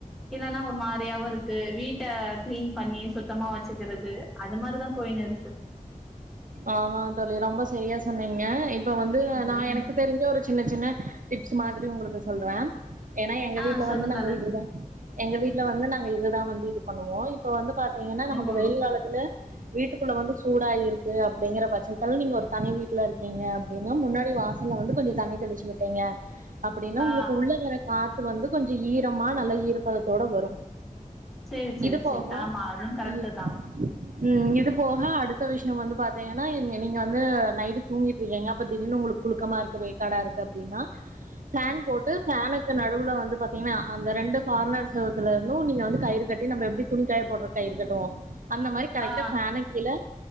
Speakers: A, in the centre; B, on the right.
A: இல்லனா ஒரு மாரியாவு இருக்கு வீட்ட கிளீன் பண்ணி சுத்தமா வச்சிக்கறது அது மாரிதா போய்னு இருக்கு
B: ஆமாங் தோழி ரொம்ப செரியா சொன்னீங்க இப்ப வந்து
A: ம்.
B: நா எனக்கு தெரிஞ்ச ஒரு சின்ன சின்ன டிப்ஸ் மாதிரி உங்களுக்கு சொல்றே ஏனா எங்க
A: ஆ
B: வீட்ல
A: சொல்லுங்களேன்.
B: வந்து நாங்க இப்படிதா எங்க வீட்ல வந்து நாங்க இதுதா வந்து இது பண்ணுவோ இப்ப வந்து பாத்தீங்கனா நம்மள்க்கு
A: ஓ!
B: வெயில் காலத் துல வீட்டுக்குள்ள வந்து சூடாயிருக் கு அப்டிங்கிற பட்சத்துல நீங்க ஒரு தனி வீட்ல இருக்கீங்க அப்டினா முன்னாடி வாசல்ல வந்து கொஞ்சோ தண்ணி தெளிச்சு விட் டீங்க அப்டினா
A: ஆ.
B: உங்களுக்கு உள்ள வர காத்து வந்து கொஞ்சோ ஈரமா நல்லா ஈரபதத்தோட வரு
A: சேரி சேரி
B: இது
A: சேரி
B: போக
A: ஆமா அதும் கரெக்ட்
B: இ
A: தா
B: ம் இது போக அடுத்த விஷ் யோ வந்து பாத்தீங்கனா இங்க நீங்க வந்து நைட்டு தூங்கிட்டுருக்கீங்க அப்போ திடீர்னு உங்களுக் புழுக்கமா இருக்கு வேக்காட இருக்கு அப்டினா
A: <inaudible>
B: ஃபேன் போட்டு ஃபேனுக் க்கு நடுவுல வந்து பாத்தீங்கன்னா அந்த ரெண்டு கார்னர்ஸ்ல இருக்குல இன்னு நீங்க வந்து கயிறு கட்டி நம்ம எப்டி துணிக்காய போட்ற கயிறு கட்டுவோ அந்த மாரி கரெக்டா
A: ஆ
B: ஃபேனுக் கீழ